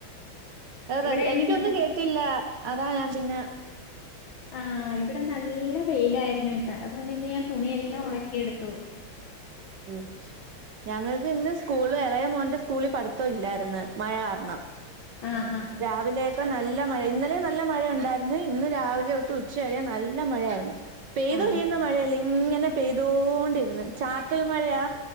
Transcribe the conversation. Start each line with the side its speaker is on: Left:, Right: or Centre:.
Right: അ ഹ്
Left: ഇവിടെ
Right: റെസ്
Left: ഇന്ന്
Right: എനിക്കൊന്നും കേട്ടില്ല അതാ ഞാൻ പിന്നെ
Left: ആ ഇവിടെ നല്ല വെയിലായിരുന്നു ട്ടാ അതുകൊണ്ട് ഇന്ന് ഞാൻ തുണിയെല്ലാം ഒണക്കിയെടുത്തു
Right: ഉം ഞങ്ങൾക്ക് ഇന്ന് സ്കൂൾ എളയ മോ മോന്റെ സ്കൂളിൽ പഠിത്തം ഇല്ലായിര്ന്ന് മഴ കാരണം
Left: ആഹ് ആഹ്
Right: രാവിലെയൊക്കെ നല്ല മഴ ഇന്നലെയും നല്ല മഴയ ഉണ്ടായിരുന്നു ഇന്ന് രാവിലെ തൊട്ട് ഉച്ച വരെയും നല്ല മഴയായിരുന്നു പെയ്തു
Left: ആഹ്
Right: ഒഴിയുന്ന മഴയല്ലേ ഇങ്ങനെ പെയ്തോണ്ടിരിന്ന് ചാറ്റൽ മഴയാ